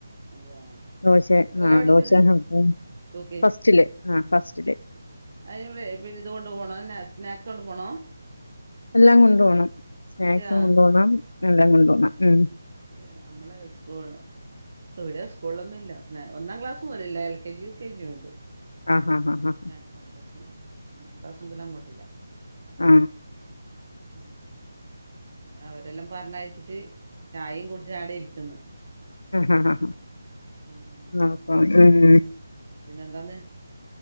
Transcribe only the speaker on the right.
അതെയാ
എത്രയിലാ
പഠിക്കുന്നെ
യു
അയ് വേ പിന്നെ ഇത് കൊണ്ട് പോണോ ന്നെ സ്നാക്സ് കൊണ്ട് പൊണോ?
എന്തിനാ
അതെയാ നമ്മളെ സ്കൂൾന് ഇവിടെ സ്കൂളൊന്നുല്ല സ്നാ ഒന്നാം ക്ലാസ്സു മുതല് ഇല്ല L K G U K ജിയും ഉണ്ട്.
സ്നാക്ക്സ്ണ്ട് <unintelligible> ഒന്നാം ക്ലാസ്സ്‌ മുതല് അങ്ങോട്ടില്ല.
ഉം. പിന്നെ അവരെല്ലാം പർഞ്ഞയ്ച്ചിട്ട് ചായേം കുട്ച്ച് ആടെ ഇര്ക്ക്‌ന്ന്.
ഉം.
പിന്നെന്താന്ന്?